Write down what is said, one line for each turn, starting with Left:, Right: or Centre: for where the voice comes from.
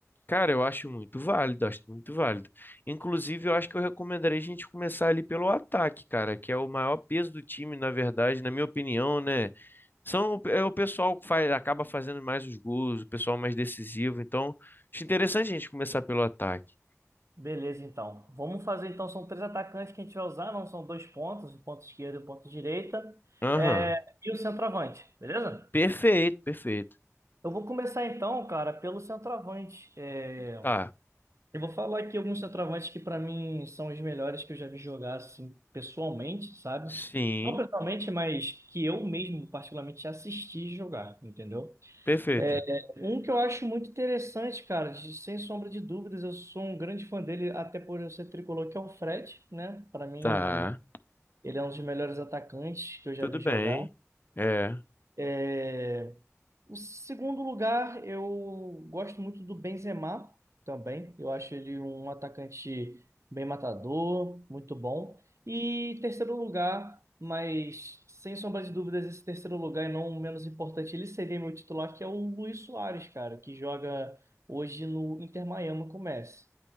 Left: Cara, eu acho muito válido, acho muito válido. Inclusive, eu acho que eu recomendaria a gente começar ali pelo ataque, cara, que é o maior peso do time, na verdade, na minha opinião, né? São, é o pessoal que faz, acaba fazendo mais os gols, o pessoal mais decisivo. Então, acho interessante a gente começar pelo ataque.
Right: Beleza, então. Vamos fazer, então, são três atacantes que a gente vai usar, não são dois pontos, o ponto esquerdo e o ponto direita,
Left: Aham.
Right: é, e o centroavante, beleza?
Left: Perfeito, perfeito.
Right: Eu vou começar então, cara, pelo centroavante. É,
Left: Tá.
Right: Eu vou falar aqui alguns centroavantes que pra mim são os melhores que eu já vi jogar assim pessoalmente, sabe?
Left: Sim,
Right: Não pessoalmente, mas que eu mesmo particularmente assisti jogar, entendeu?
Left: perfeito.
Right: É, Um que eu acho muito interessante, cara, de- sem sombra de dúvidas, eu sou um grande fã dele, até por eu ser tricolor, que é o Fred, né? Pra mim,
Left: Tá.
Right: ele é um dos melhores atacantes que eu já
Left: Tudo
Right: vi jogar.
Left: bem. É.
Right: É, O segundo lugar, eu gosto muito do Benzema também. Eu acho ele um atacante bem matador, muito bom. E terceiro lugar, mas sem sombra de dúvidas, esse terceiro lugar, e não o menos importante, ele seria meu titular, que é o Luis Soares, cara, que joga hoje no Inter Miami com o Messi.